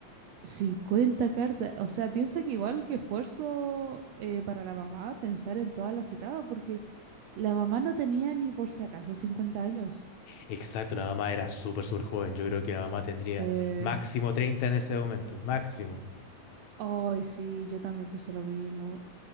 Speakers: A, on the right; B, on the left.
A: 50 cartas, o sea, piensa que igual que esfuerzo eh, para la mamá pensar en todas las etapas, porque la mamá no tenía ni por si acaso 50 años.
B: Exacto, la mamá era súper, súper joven. Yo creo que la mamá tendría
A: Sí.
B: máximo 30 en ese momento, máximo.
A: Ay, sí, yo también pensé lo mismo.